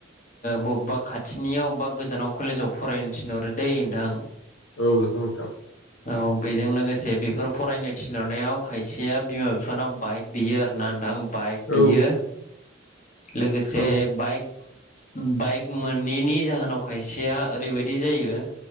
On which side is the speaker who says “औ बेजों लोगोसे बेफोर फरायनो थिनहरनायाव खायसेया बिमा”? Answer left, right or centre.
Left